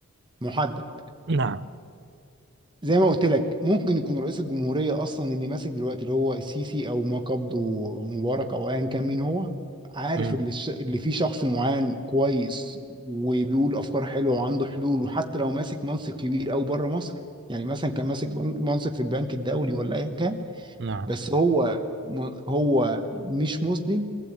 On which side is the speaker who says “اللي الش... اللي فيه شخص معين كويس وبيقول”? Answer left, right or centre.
Right